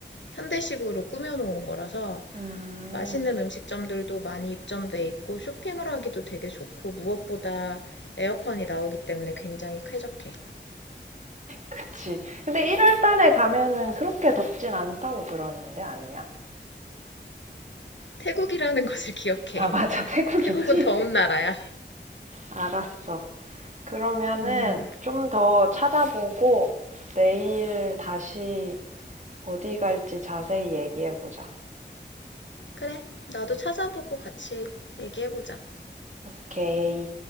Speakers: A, on the left (about 75°); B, on the right (about 40°).
A: 현대식으로 꾸며놓은 거라서
B: 음,
A: 맛있는 음식점들도 많이 입점돼 있고 쇼핑을 하기도 되게 좋고 무엇보다 에어컨이 나오기 때문에 굉장히 쾌적해.
B: 그치. 근데 1월 달에 가면은 그렇게 덥진 않다고 들었는데, 아니야?
A: 태국이라는 것을 기억해.
B: 아, <laughs> 맞아.
A: <laughs>
B: 태국이지?
A: 태국은 더운 나라야.
B: 알았어. 그러면은
A: 음,
B: 좀 더 찾아보고 내일 다시 어디 갈지 자세히 얘기해보자.
A: 그래. 나도 찾아보고 같이 얘기해보자.
B: 오케이.